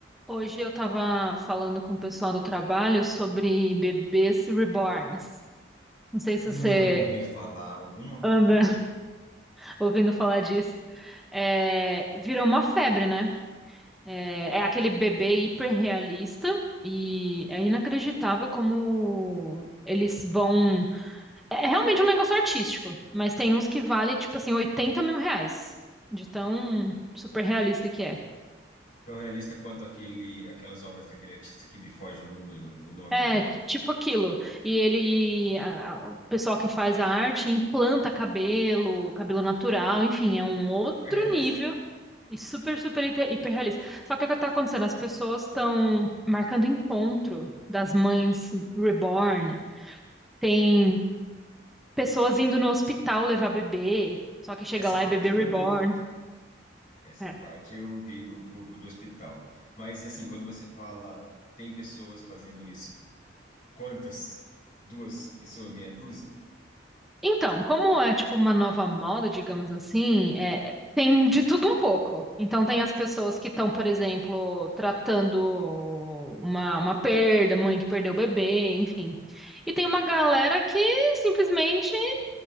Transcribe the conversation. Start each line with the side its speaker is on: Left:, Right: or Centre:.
Centre: Hoje eu estava falando com o pessoal do trabalho sobre bebês reborns. Não sei se
Left: Ah,
Centre: você
Left: eu ouvi falar alguma
Centre: anda
Left: coisa.
Centre: <laughs> ouvindo falar disso. É, virou uma febre, né? É, é aquele bebê hiperrealista e é inacreditável como eles vão. É realmente um negócio artístico, mas tem uns que vale tipo assim 80 mil reais de tão super realista que é.
Left: Tão realista quanto aquele, aquelas obras daquele artista que me foge o número, o nome
Centre: É,
Left: agora.
Centre: tipo aquilo. E ele, e a- a- o pessoal que faz a arte implanta cabelo, cabelo natural, enfim, é um outro
Left: Hiper realista.
Centre: nível e super, super hiper- hiperrealista. Só que o que está acontecendo? As pessoas estão marcando encontro das mães reborn. Tem pessoas
Left: Hum.
Centre: indo no hospital levar bebê, só que chega
Left: Essa
Centre: lá
Left: parte
Centre: é bebê
Left: foi
Centre: reborn.
Left: onde eu vi. Essa
Centre: É.
Left: parte eu vi do, do hospital. Mas, assim, quando você fala, tem pessoas fazendo isso, quantas? Duas pessoas, meia dúzia?
Centre: Então, como é tipo uma nova moda, digamos assim, é, tem de tudo um pouco. Então, tem as pessoas que estão, por exemplo, tratando uma, uma perda, mãe que perdeu o bebê, enfim. E tem uma
Left: Certo.
Centre: galera que simplesmente,